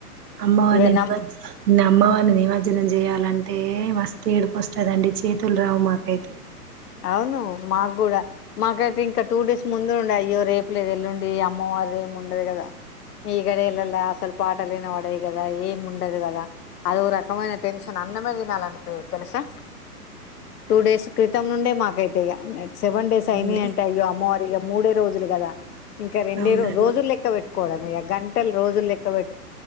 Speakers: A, on the right; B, on the left.
A: అమ్మవారిని
B: ఇక నమ్
A: నిమజ్ నమ్మవారిని నిమజ్జనం చేయాలా అంటే మస్త ఏడిపో వస్తదండి చేతులు రావు మాకైతే
B: అవును మాకు కూడా మాకైతే ఇంకా టూ డేస్ ముందు ఉండడి అయ్యో రేపు లేదు ఎల్లుండి అమ్మవారు ఏమి ఉండదు కదా ఈగడలలా స్వల్ప పాటలునా పడవి కదా ఏం ఉండదు కదా అద ఒక రకమైన టెన్షన్ అందమే తినాలనిప తెలుసా టూ డేస్ క మత్తం నుండే మాకైతే ఇ సెవెన్ డేస్
A: అవునండి
B: అయి అంట అ్యో అమ్మవారిగా మూడే రోజులు కదా ఇంకా రెండే
A: అవునండి
B: రోజులులెక్క పెట్టు వ గంటలు రోజులు లక్క పెట్టు